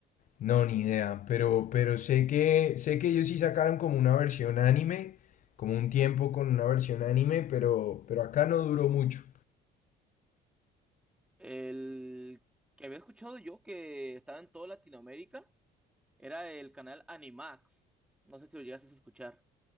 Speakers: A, on the left; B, in the centre.
A: no, ni idea, pero, pero sé que, sé que ellos sí sacaron como una versión anime, como un tiempo con una versión anime, pero, pero acá no duró mucho.
B: El que había escuchado yo que estaba en toda Latinoamérica era el canal Animax. No sé si lo llegaste a escuchar,